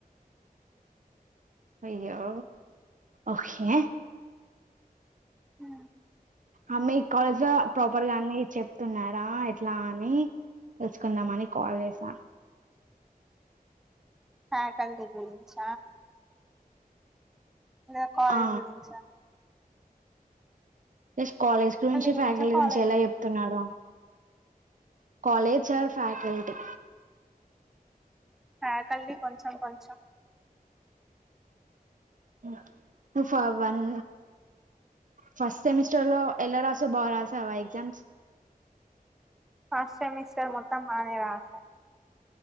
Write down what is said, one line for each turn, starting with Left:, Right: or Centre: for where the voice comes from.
Right: అయ్యో ఓకే
Centre: హ
Right: అ మీ కాలేజ్ లో ప్రాపర్ గా అన్ని చెప్తున్నారా ఎట్లా అని తెలుసుకుందామ అని కాల్ చేసా
Centre: ఫ్యాకల్టీ గురించ లేదా కాలేజ్
Right: ఆ
Centre: గురించా
Right: ప్లస్ కాలేజ్ గురించి
Centre: గురించా
Right: ఫ్యాకల్టీ
Centre: కాలేజ్
Right: గురించి ఎలా
Centre: గురి
Right: చెప్తున్నారో కాలేజ్ ఆర్ ఫ్యాకల్టీ
Centre: ఫ్యాకల్టీ కొంచెం కొంచెం
Right: <unintelligible> వన్ ఫస్ట్ సెమిస్టర్ లో ఎలా రాసవు బా రాసావా ఎగ్జామ్స్
Centre: ఫస్ట్ సమిస్టర్ మోత్తం బానే రాస